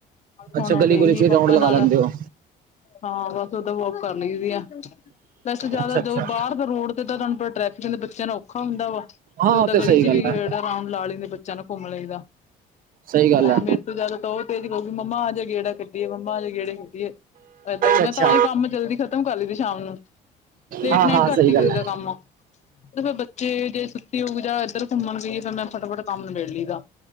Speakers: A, on the right; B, on the left.
A: ਅੱਛਾ
B: ਹੁਣ
A: ਗਲੀ
B: ਉਹ ਗਈ
A: ਗੁਲੀ ਚ
B: ਹੀ
A: ਰਾਊਂਡ
B: ਪਾਪਾ
A: ਲਗਾ
B: ਨਾਲ
A: ਲੈਂਦੇ ਹੋ।
B: ਹਾਂ ਬਸ ਉਹਦਾ ਵੋਕ ਕਰਨ ਲਈ ਦੀ ਆ ਵੈਸੇ, ਜਾਦਾ
A: ਅੱਛਾ ਅੱਛਾ
B: ਦੋ ਬਾਰ ਰੋਡ ਤੇ ਤਾਂ ਪਤਾ ਟ੍ਰੈਫਿਕ ਕਦੇ ਬੱਚਿਆਂ ਦਾ ਔਖਾ ਹੁੰਦਾ ਵਾ
A: ਹਾਂ
B: ਤੇ ਉਦਾਂ
A: ਉਹ
B: ਗਲੀ
A: ਸਹੀ
B: ਚ
A: ਗੱਲ
B: ਗੇੜਾਂ
A: ਹੈ
B: ਰਾਉਂਡ ਲਾ ਲਈ ਬੱਚਿਆਂ ਨਾਲ ਘੁੰਮ ਲਈ ਦਾ
A: ਸਹੀ ਗੱਲ
B: <unintelligible>
A: ਹੈ
B: ਜਾਦਾ ਤਾਂ ਉਹੀ ਕਹੇਗੀ, ਮੰਮਾ ਆਜਾ ਗੇੜਾ ਕੱਟੀਏ-ਮੰਮਾ ਆ ਜਾ ਗੇੜੇ ਕੱਟੀਏ, ਏਦਾਂ ਮੈਂ
A: ਅੱਛਾ ਅੱਛਾ
B: ਤਾਂ ਹੀ ਕੰਮ ਜਲਦੀ ਖ਼ਤਮ ਕਰ ਲਏ ਸ਼ਾਮ ਨੂੰ ਲੇਟ
A: ਹਾਂ
B: ਨਾਈਟ
A: ਹਾਂ
B: ਘੱਟ
A: ਸਹੀ
B: ਹੀ
A: ਗੱਲ
B: ਕਰੀਦਾ
A: ਹੈ
B: ਕੰਮ ਬੱਚੇ ਜੇ ਸੁਤੀ ਹੋਊ ਜਾਂ ਇੱਧਰ ਘੁੰਮਣ ਗਈ, ਫਿਰ ਮੈਂ ਫਟਾਫਟ ਕੰਮ ਨਬੇੜ ਲਈ ਦਾ